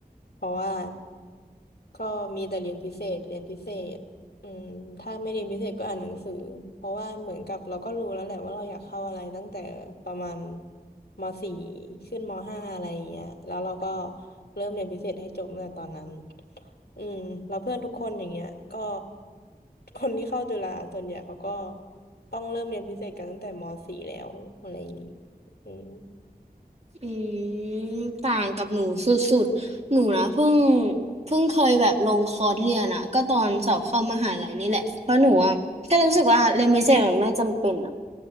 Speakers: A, on the left (about 80°); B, on the right (about 40°).
A: เพราะว่าก็มีแต่เรียนพิเศษเรียนพิเศษ อืมถ้าไม่เรียนพิเศษก็อ่านหนังสือเพราะว่าเหมือนกับเราก็รู้แล้วแหละว่าเราอยากเข้าอะไรตั้งแต่ประมาณมสี่ขึ้นมห้าอะไรอย่างเงี้ยแล้วเราก็เริ่มเรียนพิเศษให้จบตั้งแต่ตอนนั้นอืมแล้วเพื่อนทุกคนอย่างเงี้ยก็คนที่เข้าจุฬาส่วนใหญ่เขาก็ต้องเริ่มเรียนพิเศษกันตั้งแต่มสี่แล้วอะไรอย่างงี้อืม
B: อืมต่างกับหนูสุดๆหนูนะเพิ่งเพิ่งเคยแบบลงคอร์สเรียนอะก็ตอนสอบเข้ามหาลัยนี่แหละเพราะหนูอะแค่รู้สึกว่าเรียนพิเศษมันไม่จำเป็นอะ